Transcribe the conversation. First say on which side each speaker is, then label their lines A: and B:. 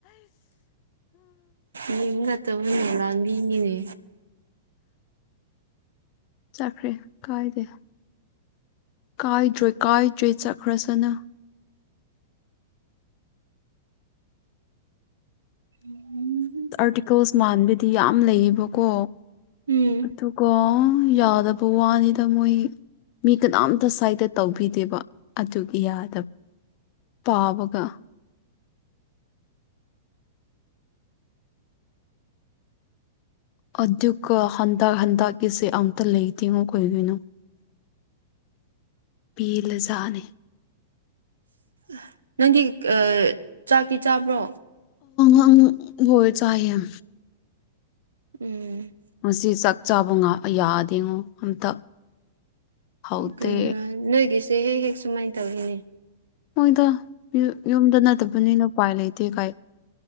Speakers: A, on the right (about 75°); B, on the left (about 40°).
A: ꯃꯤ ꯅꯠꯇꯕꯅꯦ ꯂꯥꯡꯕꯤꯉꯤꯅꯦ
B: ꯆꯠꯈ꯭ꯔꯦ ꯀꯥꯏꯗꯦ ꯀꯥꯏꯗ꯭ꯔꯣꯏ ꯀꯥꯏꯗ꯭ꯔꯦ ꯆꯠꯈ꯭ꯔꯁꯅ
A: ꯎꯝ
B: ꯑꯥꯔꯇꯤꯀꯜꯁ ꯃꯥꯟꯕꯥꯟꯕꯗꯤ ꯌꯥꯝ ꯂꯩꯌꯦꯕꯀꯣ
A: ꯎꯝ
B: ꯑꯗꯨꯒ ꯌꯥꯗꯕ ꯋꯥꯅꯤꯗ ꯃꯣꯏ ꯃꯤ ꯀꯅꯥꯝꯇ ꯁꯥꯏꯗ ꯇꯧꯕꯤꯗꯦꯕ ꯑꯗꯨ ꯌꯥꯗꯕ ꯄꯥꯕꯒ ꯑꯗꯨꯒ ꯍꯟꯗꯛ ꯍꯟꯇꯛꯀꯤꯁꯦ ꯑꯝꯇ ꯂꯩꯇꯦꯉꯣ ꯀꯩꯒꯤꯅꯣ ꯄꯤꯂꯖꯥꯅꯦ
A: ꯑ ꯅꯪꯗꯤ ꯆꯥꯛꯀꯤ ꯆꯥꯕ꯭ꯔꯣ
B: ꯑ ꯍꯣꯏ ꯆꯑ
A: ꯎꯝ
B: ꯉ ꯆꯥꯛ ꯆꯥꯕ ꯌꯥꯗꯦꯉꯣ ꯑꯝꯇ ꯍꯥꯎꯇꯦ
A: ꯀ ꯅꯣꯏꯒꯤꯁꯦ ꯍꯦꯛ ꯍꯦꯛ ꯁꯨꯃꯥꯏꯅ ꯇꯧꯏꯅꯦ
B: ꯃꯣꯏꯗ ꯌꯨꯝꯗ ꯅꯠꯇꯕꯅꯤꯅ ꯎꯄꯥꯏ ꯂꯩꯇꯦ ꯀꯥꯏ